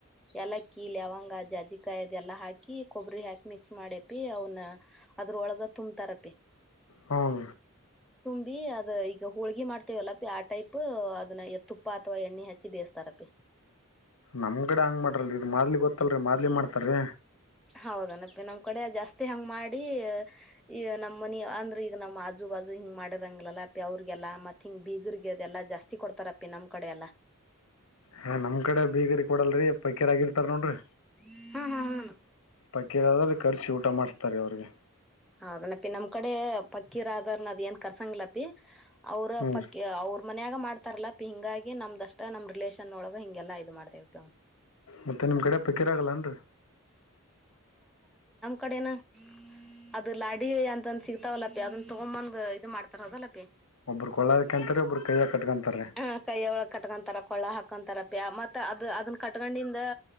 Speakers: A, in the centre; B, on the left.
A: ಏಲಕ್ಕಿ ಲವಂಗ ಜಜ್ಜಿಕಾಯಿ ಇದೆಲ್ಲ ಹಾಕಿ ಕೊಬ್ಬರಿ ಹಾಕಿ ಮಿಕ್ಸ್ ಮಾಡ್ಯಪಿ ಅವನ ಅದ್ರೊಳಗ ತುಂಬ್ತಾರಪಿ
B: ಹ್ಮ
A: ಬಿ ಅದ ಈಗ ಹೋಳ್ಗಿ ಮಾಡ್ತೇವಲ್ಲಪಿ ಆ ಟೈಪ್ ಅದನ್ನ ತುಪ್ಪ ಅಥವಾ ಎಣ್ಣೆ ಹಚ್ಚಿ ಬೇಯಸ್ತಾರ ಪಿ
B: ನಮ್ಗಡೆ ಹಂಗ್ ಮಾಡ್ರಲ್ರಿ ಇದ ಮಾರ್್ಲಿ ಗೊತ್ತಲ್ರರಿ ಮಾರ್್ಲಿ ಮಾಡ್ತಾರರಿ
A: ಹೌದನಪ್ಪ ನಮ್ ಕಡೆ ಜಾಸ್ತಿ ಹಂಗ್ ಮಾಡಿ ಈ ನಮ್ಮ ಮನ ಅಂದ್ರೆ ಈಗ ನಮ್ಮ್ ಆಜು ಬಾಜು ಹಿಂಗ್ ಮಾಡಿರಂಗಿಲ್ಲಲ್ಲಾ ಪ್ಯಾವ್ರಗೆಲ್ಲಾ ಮತ್ತತ್ ಹಿಂಗ ಬೀಗರ್ಗೆದೆಲ್ಲಾ ಜಾಸ್ತಿ ಕೊಡ್ತಾರಪ್ಪಿ ನಮ್ ಕಡೆ ಎಲ್ಲಾ
B: ಹ ನಮ್ ಕಡೆ ಬೀಗರಿ ಕೊಡಲ್ರರಿ ಪೈಕ್ಯರ್ ಆಗಿರ್ತಾರ ನೋಡ್ರಿ
A: ಹ್ಮ್ ಹ್ಮ ಹ್ಮ
B: ಪಕೀರಲ್ಲಿ ಕರ್ಚಿ ಊಟ ಮಾಡ್ಸ್ತಾರೆ ಅವ್ರಿಗೆ
A: ಹೌದನಪಿ ನಮ್ ಕಡೆ ಪಕ್ಕೀರ ಅದಾರ್ನ ಅದ್ ಏನ್ ಕರ್ಸಂಗಿಲ್ಲಪಿ ಅವರ
B: ಹ್ಮ್
A: ಪಕ್ಕೆ ಅವರು ಮನ್ಯಾಗ ಮಾಡ್ತಾರಲ್ಲಾಪ ಹಿಂಗಾಗಿ ನಮ್ದಷ್ಟ ನಮ್ ರಿಲೇಷನ್ ಒಳಗ ಹಿಗೆಲ್ಲಾ ಇದು ಮಾಡ್ತೇವಪ ಅವ್ನು
B: ಮತ್ತೆ ನಿಮ್ ಕಡೆ ಪಕ್ಕಿರಾಗಲ್ಲನ್ರರಿ
A: ಕಡೆನು ಅದು ಲಾಡಿ ಅಂತಂದ ಸಿಗ್ತಾವಲ್ಲಪ್ಪಿ ಅದನ್ನ ತಗೊಂದ ಇದು ಮಾಡ್ತಾರ ಅದಲ್ಲಪಿ
B: ಒಬ್ಬರು ಕೊೊಳ್ಳಕಂತರಿ ಒಬರು ಕೈಯ ಕಟ್ಕೊಂತಾರೆ
A: ಹ ಕೈಯ ಒಳ ಕಟ್ಕೊಂತರ ಕೊಳ್ಳ ಹಾಕೊಂತರ ಪ ಮತ್ತ ಅದು ಅದನ್ನ ಕಟ್ಕೊಂಡಿಂದ